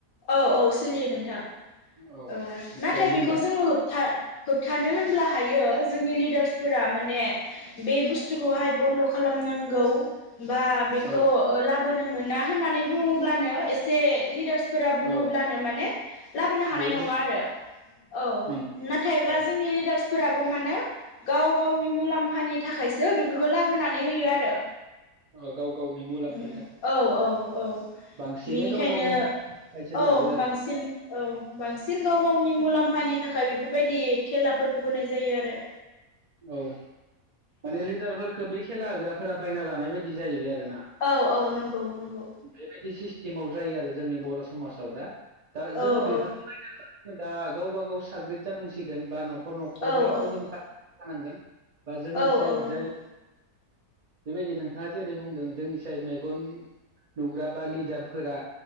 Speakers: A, on the left; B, on the right.
A: औ औ सोलियो नोंथां।
B: औ
A: ओ नाथाय
B: दे बुंलाय
A: बेखौ जोङो होबथा होबथानो होनब्ला हायो जोंनि लिडार्सफोरा माने बे बुस्थुखौहाय बन्द' खालामनांगौ बा बेखौ
B: औ
A: ओ लाबोनो मोना होननानै बुङोब्लानो एसे लिडार्सफोरा बुङोब्लानो
B: औ
A: माने लाबोनो हानाय
B: बे
A: नङा आरो औ
B: बन
A: नाथायब्ला
B: औ
A: जोंनि लिडार्सफोराबो मानो गाव गावनि मुलाम्फानि थाखाय सो बेफोरखौ लाबोनानै होयो आरो
B: औ गाव गावनि मुलाम्फानि
A: <inaudible> उम
B: थाखाय
A: औ औ औ
B: बांसिनै
A: बिनिखायनो
B: गाव गावनि मथेबा इसोर
A: औ
B: लाबो आरो
A: बांसिन औ बांसिन गाव गाव गावनि मुलाम्फानि थाखाय बेफोरबायदि खेलाफोरखौ होनाय जायो आरो
B: औ माने लिदारफोरखो बे खेला होग्राफोरा बायना लानाय बायदि जाहैबाय आरो
A: औ औ नंगौ नंगौ
B: <unintelligible> बेबायदि सि स्किमाव जायो आरो जोंनि बर' समाजाव दा दा
A: औ
B: जोङो
A: औ
B: बेफोरखौ नायनो <unintelligible> दा गावबा गाव साग्रिद जानांसिगोन बा न'खर न'खराथ'
A: औ औ
B: जों साग्रि जानांगोन बा जोंनि
A: औ
B: साय
A: औ नंगौ
B: जाय बेबायदि नोंथाङा जेरै बुंदों जोंनिसाय मेगन नुग्रा बा लिदारफोरा